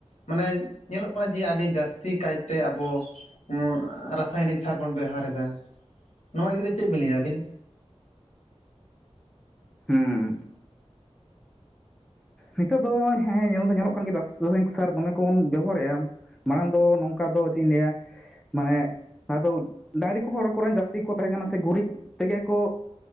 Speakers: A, on the left (about 80°); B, in the centre.
A: ᱢᱟᱱᱮ ᱧᱮᱞᱚᱜ ᱠᱟᱱᱟ ᱡᱮ ᱟᱹᱰᱤ ᱡᱟᱹᱥᱛᱤ ᱠᱟᱭᱛᱮ ᱟᱵᱚ <unintelligible> ᱨᱟᱥᱟᱭᱱᱤᱠ ᱥᱟᱨ ᱵᱚᱱ ᱵᱮᱣᱦᱟᱨ ᱮᱫᱟ ᱱᱚᱣᱟ ᱤᱫᱤ ᱠᱟᱛᱮ ᱪᱮᱫ ᱵᱤᱱ ᱞᱟᱹᱭᱟ ᱟᱹᱵᱤᱱ?
B: ᱦᱩᱸ᱾ ᱱᱤᱛᱚᱜ ᱫᱚ ᱦᱮᱸ ᱧᱮᱞ ᱫᱚ ᱧᱮᱞᱚᱜ ᱠᱟᱱ ᱨᱟᱥᱟᱭᱱᱤᱠ ᱥᱟᱨ ᱫᱚᱢᱮ ᱠᱚᱱ ᱵᱮᱵᱚᱦᱟᱨᱮᱫ-ᱟ᱾ ᱢᱟᱲᱟᱝ ᱫᱚ ᱱᱚᱝᱠᱟ ᱫᱚ ᱪᱮᱫ ᱤᱧ ᱞᱟᱹᱭᱟ ᱢᱟᱱᱮᱼᱼ ᱟᱫᱚ ᱰᱟᱹᱝᱨᱤ ᱠᱚ ᱦᱚᱲ ᱠᱚᱨᱮᱱ ᱡᱟᱹᱥᱛᱤ ᱠᱚ ᱛᱟᱦᱮᱸ ᱠᱟᱱᱟ ᱥᱮ ᱜᱩᱨᱤᱡ ᱛᱮᱜᱮ ᱠᱚᱼᱼ